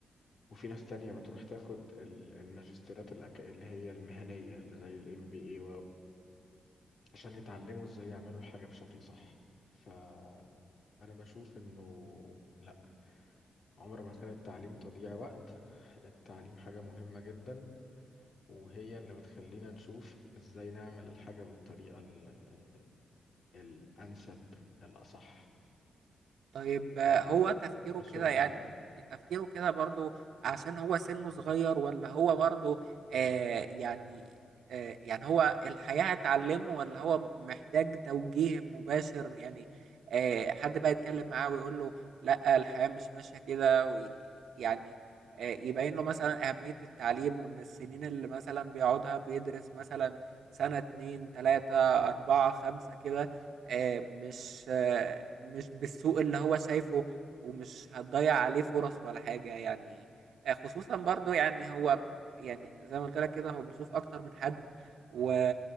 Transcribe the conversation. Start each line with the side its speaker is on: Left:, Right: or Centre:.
Left: وفي ناس تانية بتروح تاخد ال- الماجستيرات الأك- اللي هي المهنية اللي زي الام بي اي عشان يتعلموا ازاي يعملوا الحاجة بشكل صح فأنا بشوف إنه لأ عمر ما كان التعليم تضييع وقت التعليم حاجة مهمة جدا وهي اللي بتخلينا نشوف ازاي نعمل الحاجة بالطريقة ال- الأنسب الأصح
Right: طيب آه،
Left: ال-
Right: هو تفكيره
Left: أصولها
Right: كده يعني
Left: يعني
Right: تفكيره كده برضو عشان هو سنه صغير ولا هو برضو آه يعني آه يعني هو الحياة هتعلمه ولا هو محتاج توجيه مباشر يعني آه حد بقى يتكلم معاه ويقول له لا الحياة مش ماشية كده وي- يعني آه يبين له مثلا أهمية التعليم وإن السنين اللي مثلا بيقعدها بيدرس مثلا سنة اتنين تلاتة أربعة خمسة كده آه، مش آه، مش بالسوء اللي هو شايفه ومش هتضيع عليه فرص ولا حاجة يعني آه، خصوصا برضو يعني هو يعني زي ما قلت لك كده هو بيشوف اكتر من حد و